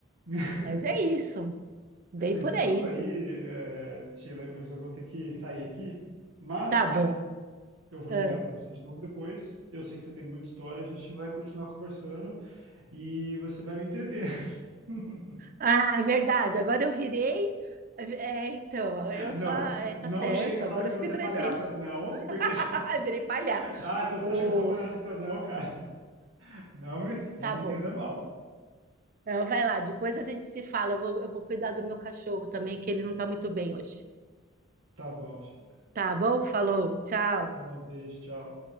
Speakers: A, on the right (about 75°); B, on the right (about 45°).
A: <laughs>
B: Mas é isso. Bem
A: É, mas
B: por
A: Desculpa
B: aí.
A: aí, é, Sheila, mas eu vou ter que sair aqui. Mas
B: Tá Ah, bom.
A: eu vou
B: Ah,
A: ligar para você de novo depois. Eu sei que você tem muita história, a gente vai continuar conversando e você vai me entreter. <laughs>
B: Ah, é verdade. Agora eu virei. É, então, eu
A: Não,
B: só. é, tá
A: não
B: certo.
A: chega e fala
B: Agora
A: que
B: eu fico
A: eu vou ser
B: entretendo.
A: palhaça, não,
B: <laughs>
A: porque já... <laughs>
B: Virei palhaço.
A: Ah, então você
B: Ô,
A: tá achando que eu sou palhaça, então não é o caso. Não me, não
B: tá
A: me
B: bom.
A: entenda mal.
B: Então, vai lá. Depois a gente se fala. Eu vou, eu vou cuidar do meu cachorro também, que ele não tá muito bem hoje.
A: Tá bom, Sheila.
B: Tá bom? Falou. Tchau.
A: Falou, um beijo, tchau.